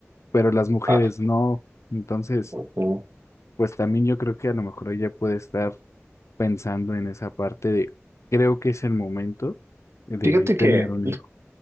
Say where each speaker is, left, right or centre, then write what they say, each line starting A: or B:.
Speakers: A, on the left; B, on the right.
A: pero las mujeres
B: ah,
A: no. Entonces,
B: ujú.
A: pues también yo creo que a lo mejor ella puede estar pensando en esa parte de, creo que es el momento de
B: Fíjate que
A: tener un hijo.